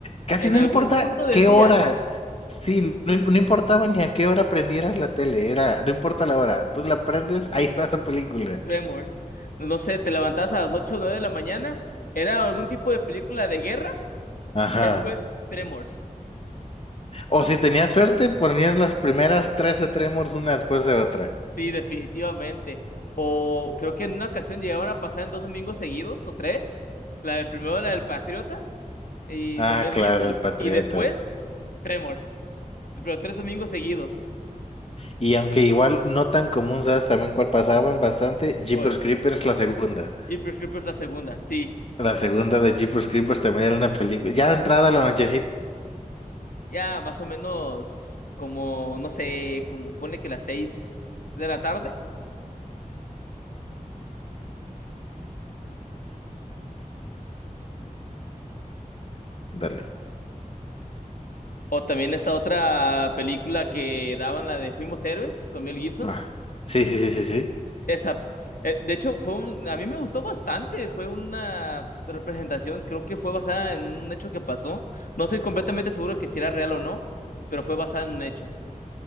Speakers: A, on the left; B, on the left.
A: casi
B: en
A: no
B: algún
A: importa
B: punto del
A: qué
B: día,
A: hora, sí, no, im- no importaba ni a qué hora prendieras la tele, era, no importa la hora, tú la prendes, ahí está esa película.
B: Tremors, no sé, te levantabas a las 8 o 9 de la mañana, era algún tipo de película de guerra,
A: Ajá.
B: y después Tremors.
A: O si tenías suerte, ponías las primeras tres de Tremors una después de otra.
B: Sí, definitivamente. O creo que en una ocasión llegaban a pasar en dos domingos seguidos, o tres. La del primero, la del Patriota, y
A: Ah,
B: con Mel
A: claro,
B: Gibson.
A: el Patriota.
B: Y después, Tremors. Pero tres domingos seguidos.
A: Y aunque igual no tan común, ¿sabes también cuál pasaban bastante? Jeepers
B: ¿Cuál?
A: Creepers, la segunda.
B: Jeepers Creepers la segunda, sí.
A: La segunda de Jeepers Creepers también era una película. Ya entrada la nochecita.
B: Ya más o menos como, no sé, como pone que las seis de la tarde.
A: Dale.
B: O también esta otra película que daban, la de Fuimos Héroes, con Mel Gibson.
A: Ah. Sí, sí, sí, sí, sí.
B: Esa, eh, de hecho, fue un, a mí me gustó bastante, fue una representación, creo que fue basada en un hecho que pasó. No estoy completamente seguro que si era real o no, pero fue basada en un hecho.